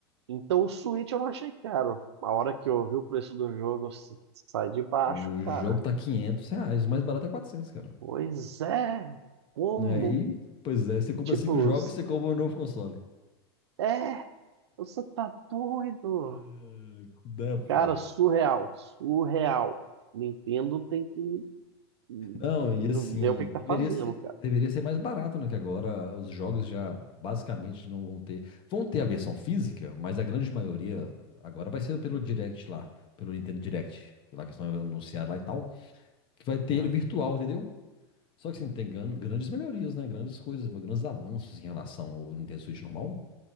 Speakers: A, on the right; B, on the left.
A: então o Switch eu não achei caro. A hora que eu vi o preço do jogo s- sai de baixo,
B: O
A: cara.
B: jogo tá 500 reais, o mais barato é 400 cara.
A: Pois é, como?
B: Aí, pois é, você compra
A: Tipo,
B: cinco jogos, você compra um novo console.
A: é, você tá doido.
B: É, é
A: Cara,
B: foda.
A: surreal, surreal. Nintendo tem que hum,
B: Não, e assim,
A: ver o que é que tá
B: deveria
A: fazendo,
B: ser,
A: cara.
B: deveria ser mais barato, né? Que agora os jogos já basicamente não vão ter. Vão ter a versão física, mas a grande maioria agora vai ser pelo Direct lá, pelo Nintendo Direct, lá que estão anunciando lá e tal, que vai ter
A: É,
B: ele virtual, entendeu? Só que assim, tem gran- grandes melhorias, né? Grandes coisas, grandes avanços em relação ao Nintendo Switch normal.